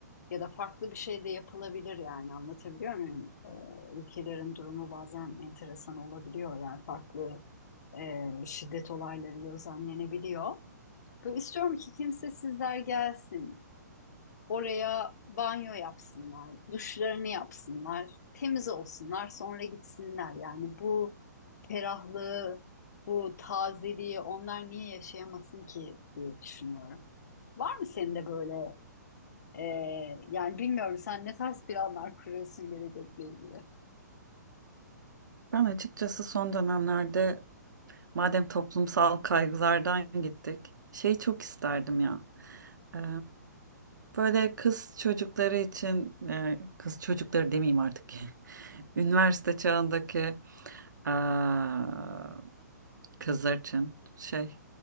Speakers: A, on the left; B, on the right.
A: Ya da farklı bir şey de yapılabilir yani anlatabiliyor muyum? Ee, ülkelerin durumu bazen enteresan olabiliyor yani farklı e, şiddet olayları gözlemlenebiliyor. Böyle istiyorum ki kimsesizler gelsin. Oraya banyo yapsınlar, duşlarını yapsınlar, temiz olsunlar, sonra gitsinler. Yani bu ferahlığı, bu tazeliği onlar niye yaşayamasın ki diye düşünüyorum. Var mı senin de böyle e, yani bilmiyorum sen ne tarz planlar kuruyorsun gelecekle ilgili?
B: Ben açıkçası son dönemlerde madem toplumsal kaygılardan gittik, şeyi çok isterdim ya. Ee, Böyle kız çocukları için, e, kız çocukları demeyeyim artık. <laughs> Üniversite çağındaki Aa, Kızarçın şey